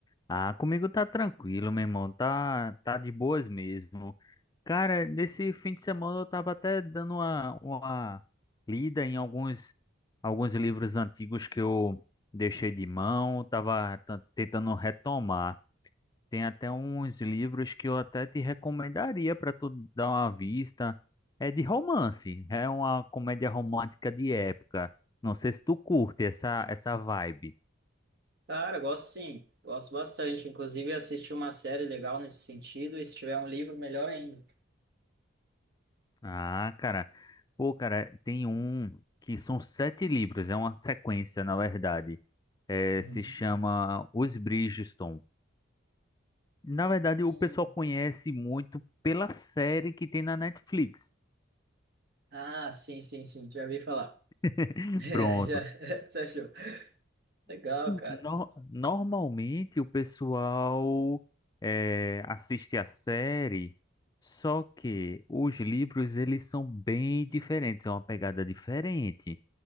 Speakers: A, on the left; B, on the right.
A: ah, comigo tá tranquilo, meu irmão. Tá, tá de boas mesmo. Cara, nesse fim de semana eu tava até dando uma, uma lida em alguns, alguns livros antigos que eu deixei de mão, tava tan- tentando retomar. Tem até uns livros que eu até te recomendaria para tu dar uma vista. É de romance, é uma comédia romântica de época. Não sei se tu curte essa, essa vibe.
B: Cara, gosto sim, gosto bastante. Inclusive, assisti uma série legal nesse sentido e se tiver um livro, melhor ainda.
A: Ah, cara. Pô, cara, tem um que são sete livros, é uma sequência, na verdade. É,
B: Uhum.
A: se chama Os Bridgerton. Na verdade,
B: Hum.
A: o pessoal conhece muito pela série que tem na Netflix.
B: Ah, sim, sim, sim, já ouvi falar.
A: <laughs>
B: <laughs> É,
A: Pronto.
B: já, <laughs> você achou. Legal, cara.
A: No- normalmente o pessoal eh, assiste a série, só que os livros eles são bem diferentes, é uma pegada diferente.